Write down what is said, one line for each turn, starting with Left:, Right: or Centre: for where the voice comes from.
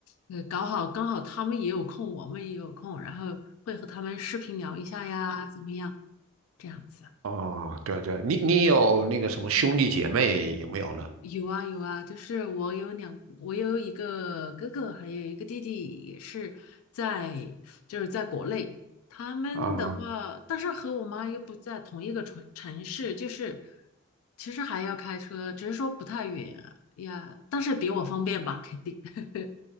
Left: 呃，搞好，刚好他们也有空，我们也有空，然后会和他们视频聊一下呀，怎么样，这样子。
Right: 哦，对对，你你有那个什么兄弟姐妹有没有呢？
Left: 有啊有啊，就是我有两，我有一个哥哥，还有一个弟弟，也是在就是在国内。他们的话，
Right: 啊，
Left: 但是和我妈又不在同一个城城市，就是其实还要开车，只是说不太远呀，但是比我方便吧，肯定。<laughs>